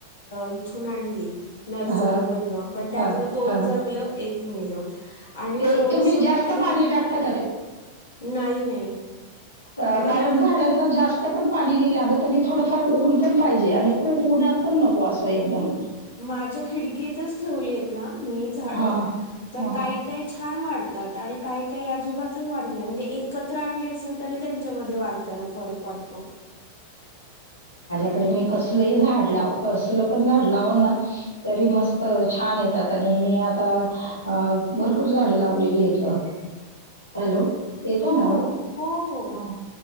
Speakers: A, on the left (about 65°); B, on the left (about 80°).
A: इथून आणली नर्सरी
B: हा,
A: मधन पण त्यातलं
B: हा,
A: दोन
B: हा.
A: जगल एक. <unintelligible> आणि
B: ते
A: थोडस
B: तुम्ही जास्त
A: पण त्याला
B: पाणी टाकता
A: नाही नाही.
B: अ
A: मी
B: कारण झाडांना <unintelligible> जास्त पण पाणी नाही लागत आणि थोडंफार ऊन पण पाहिजे आणि खूप ऊन्हात पण नको असं एकदम.
A: माझ्या खिडकीतच ठेवली ना मी झाड
B: हा हा हा,
A: तर
B: हा.
A: काही काही छान वाढतात, आणि काही काही अजिबातच वाढत नाही, म्हणजे एकत्र आणले असेल तरी त्यांच्यामध्ये वाढत. वाढतान फरक वाटतो.
B: कडे मी कसलही झाड लाव कसलं पण झाड लाव ना तरी मस्त छान येतात आणि मी आता भरपूर झाड लावलेली आहेतेत हॅलो. येतोय
A: हो, हो,
B: ना आवाज
A: हो, हो.
B: हां.